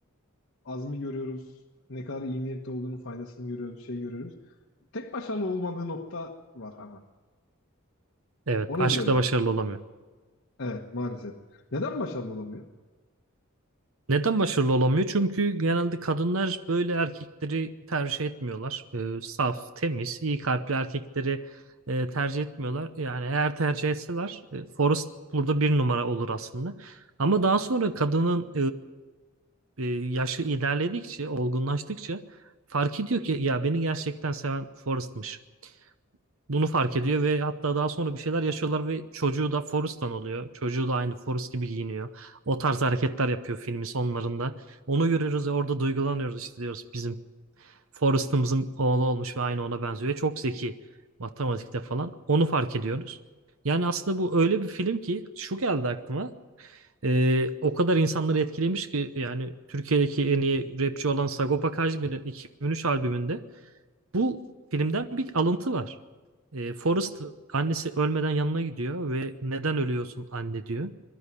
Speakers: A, on the left; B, on the right.
A: azmi görüyoruz. Ne kadar iyi niyetli olduğunun faydasını görüyoruz. Şey görüyoruz. Tek başarılı olmadığı nokta var ama.
B: Evet.
A: O nedir
B: Aşkta
A: hocam?
B: başarılı olamıyor.
A: Evet maalesef. Neden başarılı olamıyor?
B: Neden başarılı olamıyor? Çünkü genelde kadınlar böyle erkekleri tercih etmiyorlar. Ee, saf, temiz, iyi kalpli erkekleri e, tercih etmiyorlar. Yani eğer tercih etseler e, Forrest burada bir numara olur aslında. Ama daha sonra kadının e, e, yaşı ilerledikçe, olgunlaştıkça fark ediyor ki ya beni gerçekten seven Forrest'mış. Bunu fark ediyor ve hatta daha sonra bir şeyler yaşıyorlar ve çocuğu da Forrest'tan oluyor. Çocuğu da aynı Forrest gibi giyiniyor. O tarz hareketler yapıyor filmin sonlarında. Onu görüyoruz ve orada duygulanıyoruz işte diyoruz bizim Forrest'ımızın oğlu olmuş ve aynı ona benziyor. Ve çok zeki matematikte falan. Onu fark ediyoruz. Yani aslında bu öyle bir film ki şu geldi aklıma. Ee, o kadar insanları etkilemiş ki yani Türkiye'deki en iyi rapçi olan Sagopa Kajmer'in 2003 albümünde bu filmden bir alıntı var. E, Forrest annesi ölmeden yanına gidiyor ve neden ölüyorsun anne diyor.